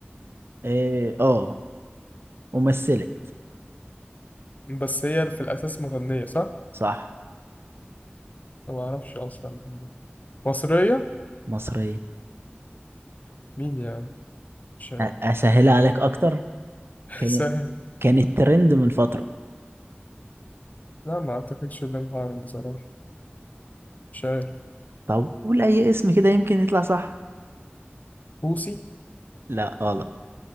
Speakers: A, on the right; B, on the left.
A: إيه اه ممثلة
B: بس هي في الأساس مغنية صح؟
A: صح
B: أنا معرفش أصلا مصرية
A: مصرية
B: مين يعني مش عارف.
A: أ- أسهلها عليك أكتر
B: <laughs>
A: كان
B: سهل
A: كان الترند من فترة
B: لا ما أعتقدش إن أنا هعرف بصراحة مش عارف
A: طب قول أي اسم كده يمكن يطلع صح
B: بوسي
A: لا غلط